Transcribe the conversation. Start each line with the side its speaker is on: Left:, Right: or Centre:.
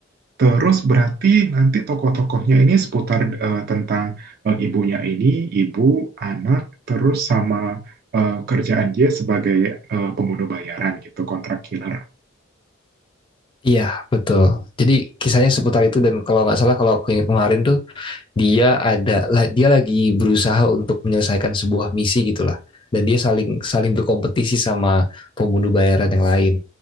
Right: Terus berarti nanti tokoh-tokohnya ini seputar eh, tentang eh, ibunya ini, ibu, anak, terus sama eh, kerjaan dia sebagai eh, pembunuh bayaran gitu, kontrak killer.
Left: Iya, betul. Jadi kisahnya seputar itu dan kalau nggak salah kalau aku yang kemarin tuh dia ada la- dia lagi berusaha untuk menyelesaikan sebuah misi gitulah. Dan dia saling saling berkompetisi sama pembunuh bayaran yang lain